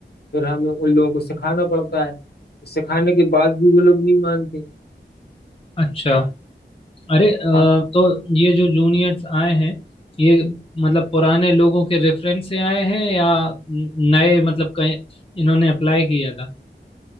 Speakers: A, on the left; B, on the left.
A: फिर हमें उन लोगों को सिखाना पड़ता है तो सिखाने के बाद भी वो लोग नहीं मानते हैं
B: अच्छा अरे अ,
A: हाँ
B: तो ये जो जूनियर्स आए हैं ये मतलब पुराने लोगों के रेफरेंस से आए हैं या नए मतलब कहीं इन्होंने अप्लाई किया था